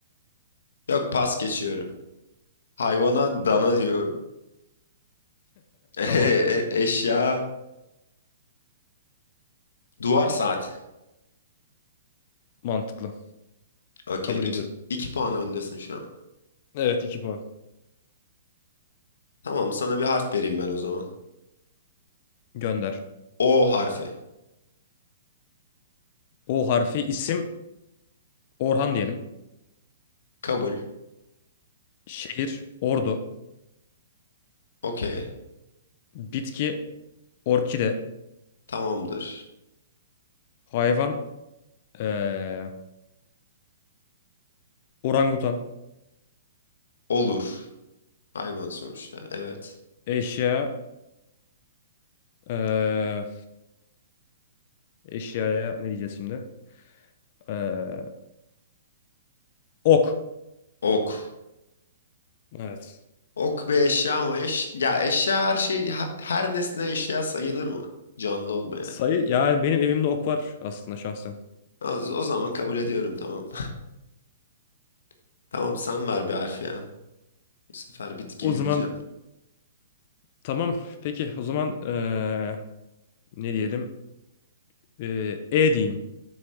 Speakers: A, on the left (about 75°); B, on the left (about 50°).
A: Yok pas geçiyorum. Hayvana dana diyorum. <laughs> E-
B: Tamam.
A: Eşya duvar saati.
B: Mantıklı.
A: Okey
B: Kabul
A: iki,
B: ediyorum.
A: iki puan öndesin şu an.
B: Evet iki puan.
A: Tamam sana bir harf vereyim ben o zaman.
B: Gönder.
A: O harfi.
B: O harfi isim Orhan diyelim.
A: Kabul.
B: Şehir Ordu.
A: Okey.
B: Bitki orkide.
A: Tamamdır.
B: Hayvan eee, orangutan.
A: Olur. Hayvan sonuçta. Evet.
B: Eşya eee, eşyaya ne diyeceğiz şimdi? Eee, ok.
A: Ok.
B: Evet.
A: Ok bir eşya ama eş ya eşya her şey ha- her nesne eşya sayılır mı? Canlı olmayan.
B: Sayı yani benim evimde ok var aslında şahsen.
A: O, o zaman kabul ediyorum tamam. <laughs> Tamam sen ver bir harf ya. Bu sefer bitkiyi
B: O zaman
A: bileceğim.
B: Tamam. Peki o zaman eee, ne diyelim? Eee, E diyeyim.